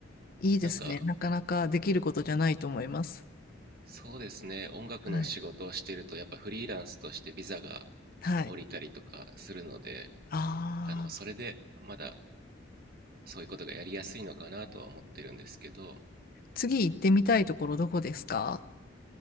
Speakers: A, on the left; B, on the right.
A: いいですね。
B: なんか、
A: なかなかできることじゃないと思います。
B: そうですね、音楽の仕事をしてると、
A: はい。
B: やっぱフリーランスとしてビザが
A: はい。
B: 降りたりとかするので、
A: ああ。
B: あの、それでまだそういうことがやりやすいのかなとは思ってるんですけど、
A: 次行ってみたいところどこですか